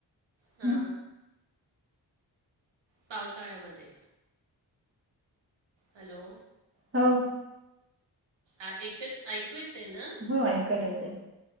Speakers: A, on the right (about 85°); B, on the right (about 30°).
A: हा
B: हं
A: पावसाळ्यामध्ये हॅलो
B: हो
A: ऐक क ऐकू येतय ना?
B: हो ऐकायला येतय.